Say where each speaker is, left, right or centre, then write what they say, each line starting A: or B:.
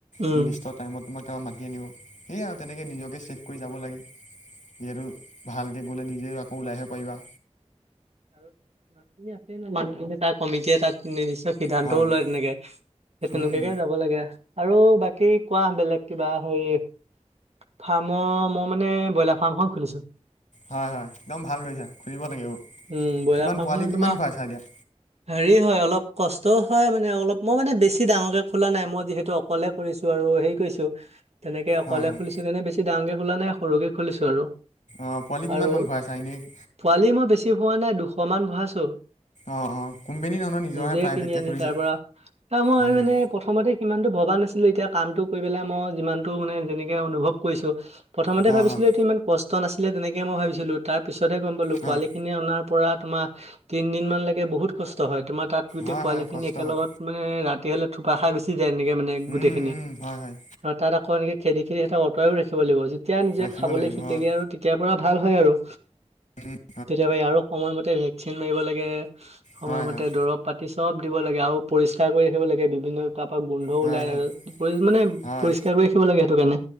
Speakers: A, on the right (about 60°); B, on the left (about 85°).
A: উম
B: নিৰ্দিষ্ট। টাইমত তোমাক তাৰপা মাতি আনিব সেয়াই আৰু তেনেকৈ নিজকে চেভ কৰি যাব লাগে। যিহেতু ভালকৈ গ'লে নিজেও আকৌ ওলাইহে পাৰিবা।
A: আৰু মানুহখিনিয়ে আছে নহয় মানুহখিনিয়ে তাৰ কমিটিয়ে তাত নিশ্চয় সিদ্ধান্তও
B: হয় হয়
A: লয় তেনেকে সেই তেনেকুৱাকে
B: উম
A: যাব লাগে। আৰু বাকী কোৱা বেলেগ কিবা হেৰি ফাৰ্মৰ মই মানে ব্ৰইলাৰ ফাৰ্মখন খুলিছোঁ।
B: হয়, হয় একদম ভাল কৰিছা খুলিব লাগে এইবোৰ।
A: উম ব্ৰইলাৰ
B: কিমান
A: ফাৰ্মখনত
B: পোৱালি
A: তোমাৰ
B: কিমান ভৰাইছা এতিয়া?
A: হেৰি হয় অলপ কষ্টও হয় মানে অলপ মই মানে বেছি ডাঙৰকে খোলা নাই মই যিহেতু অকলে। কৰিছো আৰু হেৰি কৰিছো। তেনেকে অকলে
B: হয় হয়
A: খুলিছিলো এনে বেছি ডাঙকে খোলা নাই সৰুকে খুলিছো আৰু।
B: অ', পোৱালি কিমান
A: আৰু
B: মান ভৰাইছা এনেই?
A: পোৱালি মই বেছি ভৰোৱা নাই দুশ মান ভৰাইছো।
B: অঁ অঁ কোম্পেনী নহয় নিজৰহে
A: নিজে
B: প্ৰাইভেটকৈ
A: কিনি আনি
B: খুলিছা
A: তাৰ পৰা তাৰ মই
B: উম,
A: মানে সময়তে সিমানটো ভবা নাছিলো এতিয়া কামটো কৰি পেলাই মই যিমানটো মানে যেনেকে অনুভৱ কৈছো প্ৰথমতে
B: হয়
A: ভাবিছিলো
B: হয়
A: এইটো ইমান কষ্ট নাছিলে তেনেকে মই ভাবিছিলো। তাৰ পিছতহে গম পালো
B: হয়
A: পোৱালি খিনি অনাৰ পৰা তোমাৰ তিনদিন মানলৈকে বহুত কষ্ট হয়। তোমাৰ তাত গোটেই
B: হয়
A: পোৱালিখিনি
B: হয় কষ্ট
A: একেলগত
B: হয়
A: মানে ৰাতি হ'লে থোপা খাই গুচি যায় এনেকে মানে গোটেইখিনি।
B: উম উম, হয় হয়
A: তাত আকৌ এনেকে খেদি খেদি সিহতঁক অতৰাইও ৰাখিব লাগিব যেতিয়া নিজে
B: ৰাখিব
A: খাবলৈ
B: লাগিব
A: শিকেগে
B: হয়
A: আৰু তেতিয়াৰ পৰা ভাল হয় আৰু।
B: <inaudible>
A: তেতিয়াবা আৰু সময়মতে ভেকচিন মাৰিব লাগে সময়মতে
B: হয়, হয়,
A: দ্ৰৱ পাতি চব দিব লাগে আৰু পৰিষ্কাৰ কৰি ৰাখিব লাগে বিভিন্ন তাৰ পৰা গোন্ধ
B: হয়,
A: ওলাই।
B: হয়,
A: পৰি মানে
B: হয়,
A: পৰিষ্কাৰ কৰি ৰাখিব লাগে সেইটো কাৰণে।